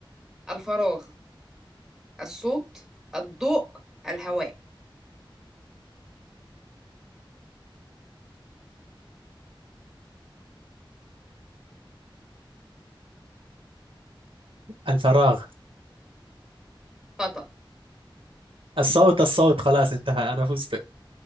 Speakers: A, in the centre; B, on the right (about 80°).
A: الفراغ الصوت الضوء الهواء
B: الفراغ
A: خطأ
B: الصوت الصوت خلاص انتهى انا فزت